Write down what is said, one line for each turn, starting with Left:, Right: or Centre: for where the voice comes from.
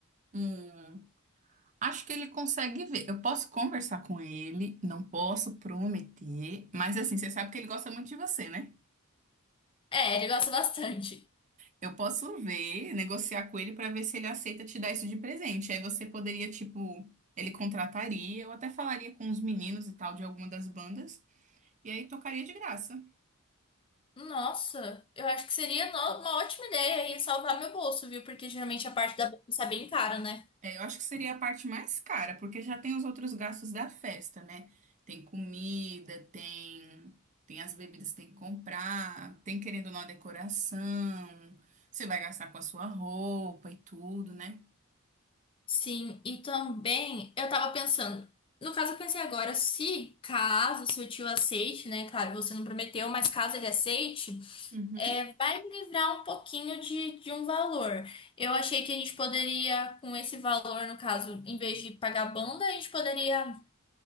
Right: Hum, acho que ele consegue ver. Eu posso conversar com ele, não posso prometer, mas assim, você sabe que ele gosta muito de você, né?
Left: É, ele gosta bastante.
Right: Eu posso ver, negociar com ele para ver se ele aceita te dar isso de presente. Aí você poderia, tipo, ele contrataria, eu até falaria com os meninos e tal de alguma das bandas, e aí tocaria de graça.
Left: Nossa, eu acho que seria no- uma ótima ideia e salvar meu bolso, viu? Porque geralmente a parte da bolsa é bem cara, né?
Right: É, eu acho que seria a parte mais cara, porque já tem os outros gastos da festa, né? Tem comida, tem, tem as bebidas que tem que comprar, tem querendo ou não a decoração, você vai gastar com a sua roupa e tudo, né?
Left: Sim, e também eu tava pensando, no caso eu pensei agora, se caso seu tio aceite, né? Claro, você não prometeu, mas caso ele aceite,
Right: Uhum.
Left: é, vai me livrar um pouquinho de, de um valor. Eu achei que a gente poderia, com esse valor, no caso, em vez de pagar banda, a gente poderia